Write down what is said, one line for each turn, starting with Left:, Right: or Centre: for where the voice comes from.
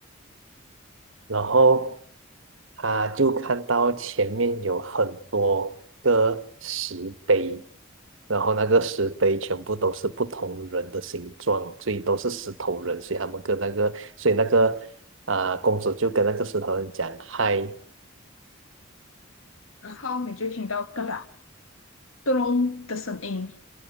Right: 然后他就看到前面有很多个石碑，然后那个石碑全部都是不同人的形状，所以都是石头人，所以他们跟那个，所以那个啊、公主就跟那个石头人讲嗨，
Left: 然后你就听到嘎啦咚隆的声音，